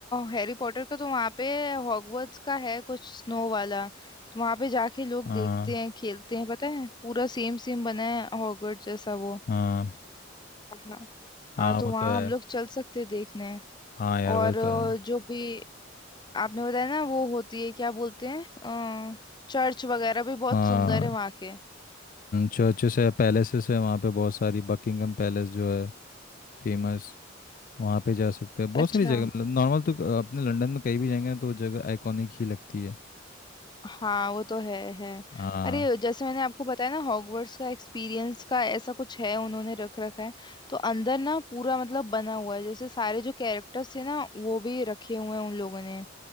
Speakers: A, on the left (about 25°); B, on the left (about 45°).
A: हैरी पॉटर का तो वहाँ पे हॉगवर्ट्स का है कुछ स्नो वाला तो वहाँ पे जाके लोग
B: हाँ
A: देखते हैं खेलते हैं पता है पूरा सेम सेम बना है हॉगवर्ट्स जैसा वो
B: हाँ
A: हाँ
B: हाँ
A: हाँ तो
B: वो
A: वहाँ
B: तो है
A: हम लोग चल सकते हैं देखने
B: हाँ यार
A: और
B: वो तो
A: अ,
B: है
A: जो भी आपने बताया ना वो होती है क्या बोलते हैं चर्च वगैरह भी बहुत
B: हाँ
A: सुंदर है वहाँ के
B: चर्चेस है पैलेसेस है वहाँ पे बहुत सारी बकिंगम पैलेस जो है फेमस वहाँ पे जा सकते हैं बहुत
A: अच्छा
B: सारी जगह मतलब नॉर्मल तो अपने लंदन में कहीं भी जाएंगे ना तो वो जगह आइकॉनिक ही लगती है
A: हाँ वो तो है है
B: हाँ
A: अरे जैसे मैंने आपको बताया ना हॉगवर्ट्स का एक्सपीरियंस का ऐसा कुछ है उन्होंने रख रखा है तो अंदर ना पूरा मतलब बना हुआ है जैसे सारे जो कैरेक्टर्स थे ना वो भी रखे हुए हैं उन लोगों ने